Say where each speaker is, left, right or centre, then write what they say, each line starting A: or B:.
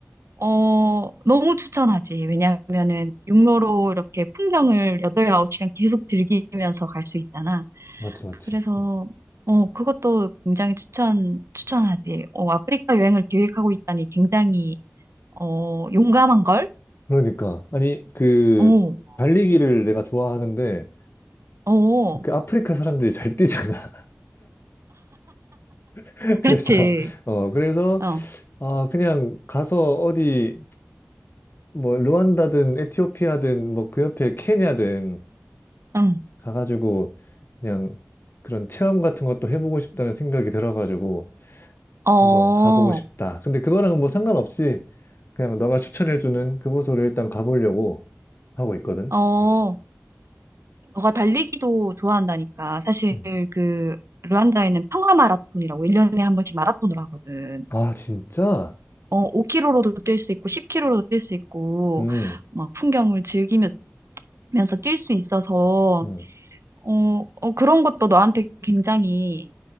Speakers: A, on the right; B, on the left.
A: 어, 너무 추천하지. 왜냐면은 육로로 이렇게 풍경을 여덟, 아홉 시간 계속 즐기면서 갈 수 있잖아.
B: 맞지, 맞지.
A: 그래서,
B: 어.
A: 어, 그것도 굉장히 추천, 추천하지. 어, 아프리카 여행을 계획하고 있다니 굉장히, 어, 용감한 걸?
B: 그러니까. 아니, 그,
A: 어,
B: 달리기를 내가 좋아하는데,
A: 어,
B: 그 아프리카 사람들이 잘 뛰잖아. <laughs> 그래서,
A: 그렇지.
B: 어, 그래서,
A: 어,
B: 아, 그냥 가서 어디, 뭐, 르완다든, 에티오피아든, 뭐, 그 옆에 케냐든,
A: 응.
B: 가가지고 그냥 그런 체험 같은 것도 해보고 싶다는 생각이 들어가지고
A: 어,
B: 한번 가보고 싶다. 근데 그거랑 뭐 상관없이 그냥 너가 추천해주는 그곳으로 일단 가보려고 하고 있거든.
A: 어.
B: 음.
A: 너가 달리기도 좋아한다니까. 사실
B: 음.
A: 그 르완다에는 평화 마라톤이라고 1년에 한 번씩 마라톤을 하거든.
B: 아, 진짜?
A: 어, 5km로도 뛸 수 있고 10km로도 뛸 수 있고
B: 음,
A: 막 풍경을 즐기면서 뛸 수 있어서
B: 음.
A: 어, 어, 그런 것도 너한테 굉장히